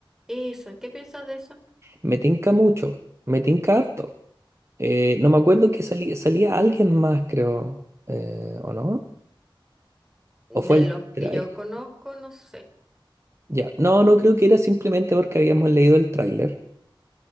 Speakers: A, in the centre; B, on the right.
A: Esa, ¿qué piensas de esa?
B: Me tinca mucho. Me tinca harto. Eh, no me acuerdo que salí- salía alguien más, creo. eh, ¿o no?
A: De
B: ¿O fue el
A: los
B: tráiler?
A: que yo conozco, no sé.
B: Ya. No, no creo que era simplemente porque habíamos leído el tráiler.